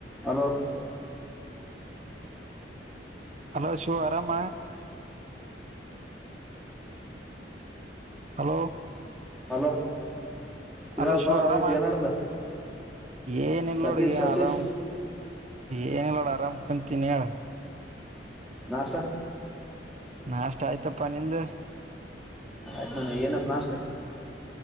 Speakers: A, in the centre; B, on the right.
A: Hello
B: hello Shivu ಆರಾಮ hello
A: hello ಹೇಳಪ್ಪಾ
B: hello ಶಿವು
A: ರೋಹಿತ್
B: ಆರಾಮ
A: ಏನ್ಡ್ದ
B: ಏನಿಲ್ಲ
A: ಸತೀಶ್
B: ನೋಡ ಎ
A: ಸತೀಶ್
B: ಆರಾಮ ಏನಿಲ್ಲ ನೂಡ ಕುಂತಿನ್ಹೇಳ್
A: ನಾಷ್ಟ
B: ನಾಷ್ಟ ಆಯ್ತಪ್ಪ ನಿಂದ
A: ಆತ ನೋಡ ಏನಿತ್ ನಾಷ್ಟ